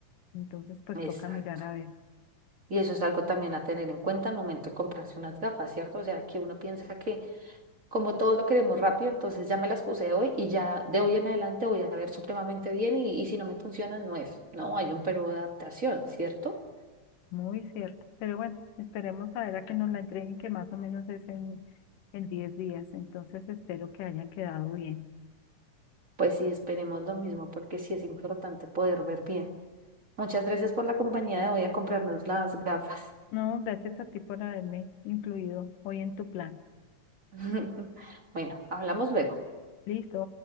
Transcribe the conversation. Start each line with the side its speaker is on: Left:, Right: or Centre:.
Left: Entonces, pues
Right: Exacto.
Left: toca mirar a ver.
Right: Y eso es algo también a tener en cuenta al momento de comprarse unas gafas, ¿cierto? O sea, que uno piensa que como todos lo queremos rápido, entonces ya me las puse hoy y ya de hoy en adelante voy a ver supremamente bien y, y si no me funciona, no es. No, hay un periodo de adaptación, ¿cierto?
Left: Muy cierto. Pero bueno, esperemos a ver a que nos la entreguen, que más o menos es en, en 10 días. Entonces espero que hayan quedado bien.
Right: Pues sí, esperemos lo mismo porque sí es importante poder ver bien. Muchas gracias por la compañía de hoy a comprarnos las gafas.
Left: No, gracias a ti por haberme incluido hoy en tu plan.
Right: <laughs> Bueno, hablamos luego.
Left: Listo.